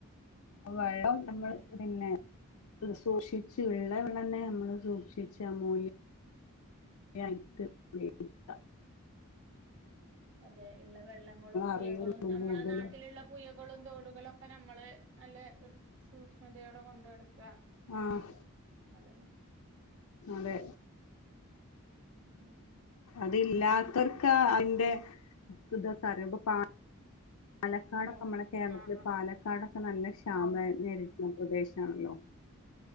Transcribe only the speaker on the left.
വെള്ളം
നമ്മൾ പിന്നെ സൂക്ഷിച്ചു ഉള്ള വെള്ളനെ നമ്മള് സൂക്ഷിച്ച അമൂല്യ യിട്ട് ഉപയോഗിക്കാ
അറിയുള്ളൂ
കൂടുതലും
ആഹ്
അതെ
അതില്ലാത്തവർക്കേ അതിന്റെ ഇതാക്കെ അറിയും പ്പാ പാലക്കാടൊക്കെ
നമ്മളുടെ കേരളത്തില്
പാലക്കാടൊക്കെ നല്ല ഇ ക്ഷാമം നേരിടുന്ന പ്രദേശാണല്ലോ